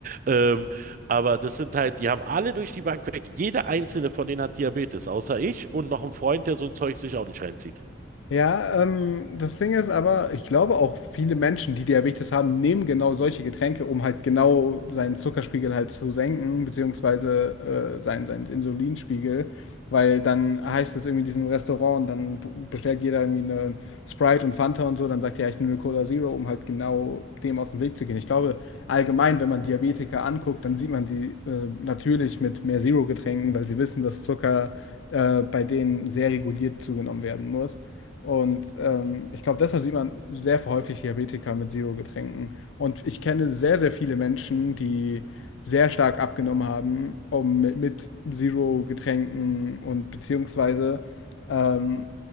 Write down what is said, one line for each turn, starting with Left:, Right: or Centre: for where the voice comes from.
Right: Ähm, aber das sind halt, die haben alle durch die Bank weg. Jeder einzelne von denen hat Diabetes, außer ich und noch ein Freund, der so ein Zeug sich auch nicht reinzieht.
Left: Ja, ähm, das Ding ist aber, ich glaube auch viele Menschen, die Diabetes haben, nehmen genau solche Getränke, um halt genau seinen Zuckerspiegel halt zu senken, beziehungsweise äh, seinen, seinen Insulinspiegel, weil dann heißt es irgendwie in diesem Restaurant und dann b- bestellt jeder irgendwie eine Sprite und Fanta und so, dann sagt er, ja, ich nehme Cola Zero, um halt genau dem aus dem Weg zu gehen. Ich glaube, allgemein, wenn man Diabetiker anguckt, dann sieht man die äh, natürlich mit mehr Zero-Getränken, weil sie wissen, dass Zucker äh, bei denen sehr reguliert zugenommen werden muss. Und ähm, ich glaube, deshalb sieht man sehr häufig Diabetiker mit Zero-Getränken. Und ich kenne sehr, sehr viele Menschen, die sehr stark abgenommen haben, um mit, mit Zero-Getränken und beziehungsweise ähm,